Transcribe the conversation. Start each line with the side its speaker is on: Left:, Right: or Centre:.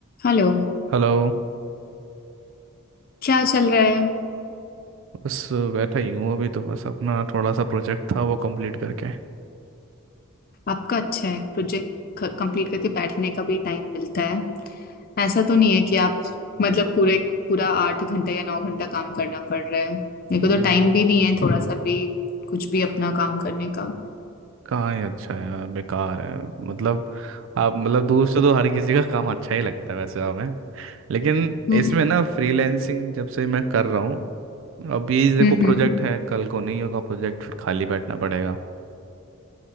Left: Hello
Right: Hello
Left: क्या चल रहा है
Right: बस बैठा ही हूँ अभी तो बस अपना थोड़ा सा प्रोजेक्ट था वो कंप्लीट करके
Left: आपका अच्छा है प्रोजेक्ट कंप्लीट करके बैठने का भी टाइम मिलता है ऐसा तो नहीं है कि आप मतलब पूरे पूरा आठ घंटा या नौ घंटा काम करना पड़ रहा है मेरे को तो
Right: हम्म,
Left: टाइम भी नहीं है थोड़ा सा भी कुछ भी अपना काम करने का हम्म
Right: कहाँ ही अच्छा है यार बेकार है मतलब आप मतलब दूर से तो हर किसी का काम अच्छा ही लगता है वैसे हमें लेकिन
Left: हम्म
Right: इसमें ना फ्रीलैंसिंग जब से मैं कर रहा हूँ अब ये देखो
Left: हम्म
Right: प्रोजेक्ट
Left: हम्म।
Right: है कल को नहीं होगा प्रोजेक्ट फिर खाली बैठना पड़ेगा